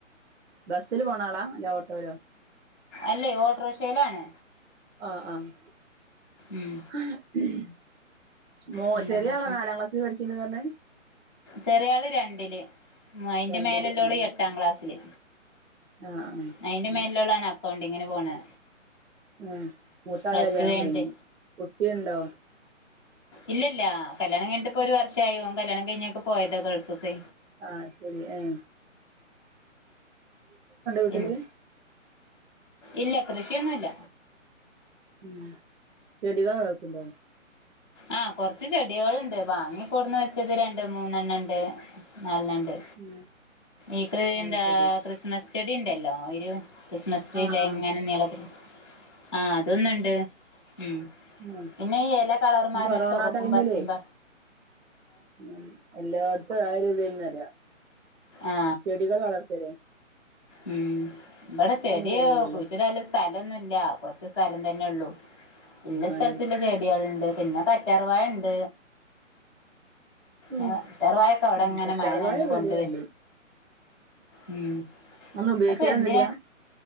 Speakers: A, on the right; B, on the left.
A: ബസ്സില് പോണ ആളാ അല്ല ഓട്ടോലോ?
B: എല്ല ഓട്ട്ര ഷേലാണ്.
A: ആഹ് ആഹ്
B: ഉം
A: ആഹ് ഉം മോ
B: പിന്നെന്തൊക്കെ
A: ചെറിയ ആളാ നാലാം ക്ലാസ്സിൽ പഠിക്ണ്ട്ന്ന് അർഞ്ഞെ?
B: ചെറിയ ആള് രണ്ടില് മൊ അയ്ന്റെ
A: രണ്ടില്
B: മേലെല്ലോള്
A: ആ
B: എട്ടാം
A: ശരി
B: ക്ലാസ്സില്.
A: ആഹ്
B: അയിന്റെ മേൽല്ലോളാണ്
A: ആഹ്
B: അക്കൗണ്ട്ങ്ന് പോണെ
A: ഉം മൂത്താളെ
B: പ്ലസ്
A: കല്യാണം
B: ടു കഴിഞ്ഞിട്ട്
A: കഴിഞ്ഞു കുട്ടിയുണ്ടോ?
B: ഇല്ലല്ല കല്യാണം കഴിൻട്ട്പ്പോ ഒരു വർഷായി ഓൻ കല്യാണം കഴിഞ്ഞൊക്കെ പോയതാ ഗൾഫ്‌ക്ക്.
A: ആഹ് ശരി എഹ് വീട്ടില്
B: ഇൽ ഇല്ല കൃഷിയൊന്നുല്ല
A: ഉം ചെടികളെ വളർത്ണ്ടോ?
B: ആഹ് കൊർച്ച് ചെടികള്ണ്ട് വാങ്ങിക്കൂടുന്ന് വെച്ചത് രണ്ട് മൂന്നെണ്ണണ്ട്. നാൽനണ്ട്
A: ഉം
B: ഈക്ക്
A: അത്
B: എന്താ
A: ശരി
B: ക്രിസ്മസ് ചെടി ണ്ടല്ലോ ഒരു ക്രിസ്മസ് ട്രീയില്ലേ
A: ആഹ് ആഹ്
B: എങ്ങനെ നീളതി ആഹ് അതൊന്നുണ്ട് ഉം
A: ആഹ്
B: പിന്നെ ഈ എല വള്ളാർമാരൊരു
A: ഈ കൊറോണ
B: ചുവുകപ്പും
A: ടൈമിലേ
B: പച്ചീമ്പ
A: ഉം എല്ലായിടത്തും ആര് ഇതന്നറിയ
B: ആ
A: ചെടികൾ വളർത്തരെ
B: ഉം ഇവിടെ ചെടിയോ
A: പോണില്ലല്ലോ
B: കുഴിച്ചിടാൻ ഇല്ല സ്ഥലം ഒന്നുമില്ല കൊറച്ച് സ്ഥലം തന്നെള്ളു ഇല്ല സ്ഥലത്തിലുള്ള
A: ആഹ്
B: ചെടികളുണ്ട് പിന്നെ കറ്റാർവാായ ഉണ്ട്
A: ഉ
B: കറ്റാർവാഴൊക്കെ അവിടെ
A: ഉ
B: ഇങ്ങനെ
A: കറ്റാർവായ
B: മഴ നനഞ്ഞു
A: ഇവിടിം
B: കൊണ്ടുവ
A: ഉണ്ട്
B: ഉം
A: ഒന്നും ഉപയോഗിക്കാലൊന്നില്ല
B: അപ്പൊ എന്തിനാ